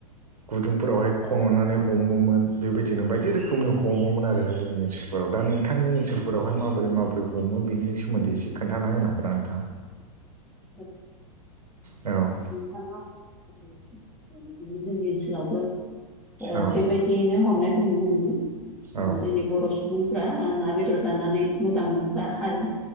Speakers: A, on the right; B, in the centre.
A: गुदुंफोरावहाय खन'नानै हमोमोन बेबायदिनो बायदि रोखोम <unintelligible> हमोमोन आरोना जोंनि ओनसोलफोराव दा नोंथांनि ओनसोलफोरावहाय माबोरै माबोरै हमो बिनि सोमोन्दै एसे खोन्थाना होनो हागोना नोंथाङा?
B: <inaudible>
A: औ
B: नोंथाङा <inaudible> बिदिनो जोंनि ओनसोलावबो ओ
A: औ
B: बेबाय दियैनो हमनायखौ नुनो मोनो
A: औ
B: ओ जोंनि बर' सुबुं फ्रा ना बेदर जानानै मोजां मोनग्रा हारि